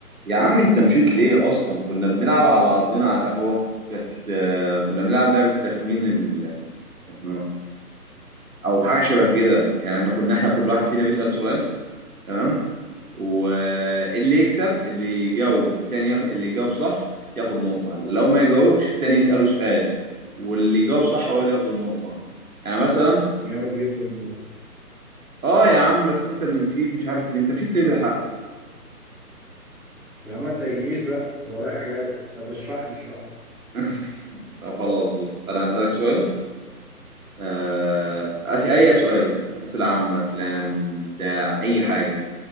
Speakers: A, on the right; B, in the centre.
A: يا عم انت مشيت ليه اصلا كنا بنلعب على بعضنا على القهوه كانت آه، كنا بنلعب لعبه تخمين الاسماء او حاجه شبه كده يعني احنا كنا احنا كل واحد فينا بيسال سؤال تمام واللي يكسب اللي يجاوب التاني ياخد اللي يجاوب صح ياخد نقطه لو ما يجاوبش التاني يساله سؤال واللي يجاوب صح هو اللي ياخد النقطه يعني مثلا
B: جامد جدا والله
A: اه يا عم بس انت اللي مشيت مش عارف ليه انت مشيت ليه بالحق
B: يا عم ما تضايقنيش بقى هو ورايا حاجات طب اشرح لي اشرح لي
A: <laughs> طب خلاص بص انا هسالك سؤال آه، أس- أي سؤال أسئلة عامة أفلام بتاع أي حاجة